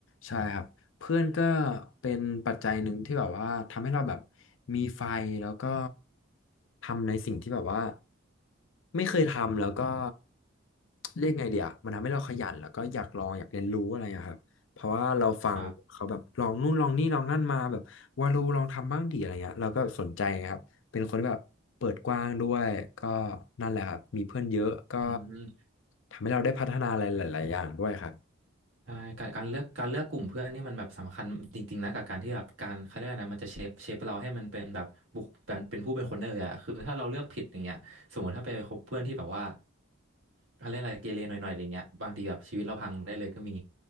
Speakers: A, on the left (about 65°); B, on the right (about 75°).
A: ใช่ครับเพื่อนก็เป็นปัจจัยหนึ่งที่แบบว่าทำให้เราแบบมีไฟแล้วก็ทำในสิ่งที่แบบว่าไม่เคยทำแล้วก็เรียกไงเดียวมันทำให้เราขยันแล้วก็อยากลองอยากเรียนรู้อะไรอะครับ เพราะว่าเราฟังเขาแบบลองนู่นลองนี่ลองนั่นมาแบบวาโลลองทำบ้างดีอะไรเงี้ยเราก็สนใจครับเป็นคนที่แบบเปิดกว้างด้วยก็
B: ครับ
A: นั่นแหละครับมีเพื่อนเยอะก็
B: อืม
A: ทำให้เราได้พัฒนาอะไรหลายๆอย่างด้วยครับ
B: ใช่การการเลือกการเลือกกลุ่มเพื่อนนี่มันแบบสำคัญจริงๆนะกับการที่แบบการเขาเรียกอะไรนะมันจะเชฟเชฟเราให้มันเป็นแบบบุคเป็นเป็นผู้เป็นคนได้เลยอะคือถ้าเราเลือกผิดอย่างเงี้ยสมมติถ้าไปคบเพื่อนที่แบบว่าเขาเรียกอะไรเกเรหน่อยๆอะไรเงี้ยบางทีแบบชีวิตเราพังได้เลยก็มี